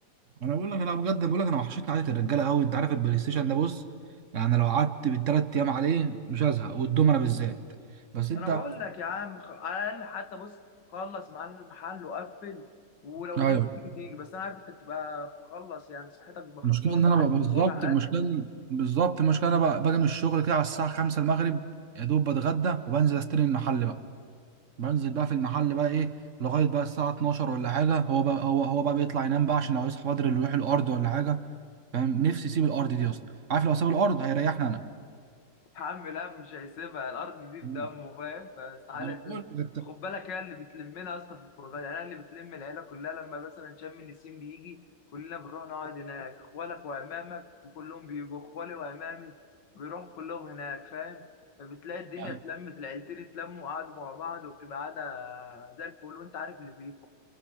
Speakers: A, on the right; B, on the left.
A: انا بقول لك انا بجد بقول لك انا وحشتني قعده الرجاله قوي انت عارف البلاي ستيشن ده بص يعني لو قعدت بالثلاث ايام عليه مش هزهق والدومنه بالذات بس انت
B: انا بقول لك يا عم خ... على الاقل حتى بص خلص معانا المحل وقفل ولو
A: ايوه
B: قدرت تيجي تيجي بس انا عارف انت بتبقى خلص يعني صحتك بتبقى خلصانه
A: المشكله ان
B: لحد
A: انا بقى بالظبط
B: وجع
A: المشكله
B: قلب
A: إن- بالظبط المشكله انا بقى باجي من الشغل كده على الساعه 5 المغرب يا دوب بتغدى وبنزل استلم المحل بقى بنزل بقى في المحل بقى ايه لغايه بقى الساعه 12 ولا حاجه هو بقى هو هو بقى بيطلع ينام بقى عشان لو يصحى بدري اللي يروح الارض ولا حاجه فاهم نفسي يسيب الارض دي اصلا عارف لو ساب الارض هيريحني انا
B: يا عم لا مش هيسيبها الارض دي
A: ما
B: في دمه فاهم فاستحاله
A: أنا
B: يسيبها
A: بقول لك،
B: خد بالك هي اللي بتلمنا اصلا في الخروجات يعني انا اللي بتلم العيله كلها لما مثلا شم النسيم بيجي كلنا بنروح نقعد هناك اخوالك وعمامك وكلهم بيجوا اخوالي وعمامي بيروحوا كلهم هناك فاهم فبتلاقي الدنيا
A: انت
B: اتلمت العيلتين اتلموا وقعدوا مع بعض وبتبقى قاعده زي الفل وانت عارف اللي فيه